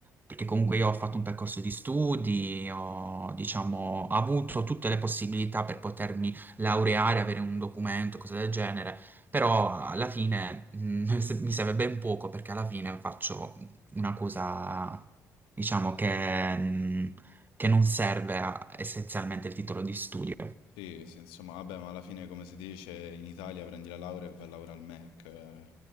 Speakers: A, on the right (about 20°); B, on the left (about 65°).
A: perché comunque io ho fatto un percorso di studi, ho, diciamo, avuto tutte le possibilità per potermi laureare, avere un documento, cose del genere, però alla fine, mm, <laughs> se- mi serve ben poco perché alla fine faccio una cosa, diciamo, che, mm, che non serve a- essenzialmente il titolo di studio.
B: Sì, sì, insomma, vabbè, ma alla fine, come si dice, in Italia prendi la laurea e vai a lavorare al Mac. eh.